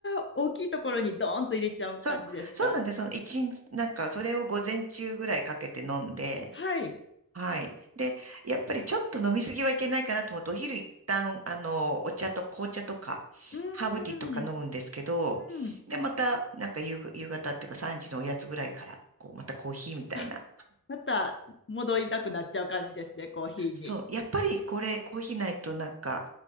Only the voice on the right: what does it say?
そう、そうなんです。その一日、なんかそれを午前中ぐらいかけて飲んで、
はい。で、やっぱりちょっと飲みすぎはいけないかなと思って、お昼一旦、あの、お茶と紅茶とか、
ハーブティーとか飲むんですけど、
で、また、なんか夕、夕方っていうか3時のおやつぐらいから、こう、またコーヒーみたいな。
そう。やっぱりこれ、コーヒーないとなんか、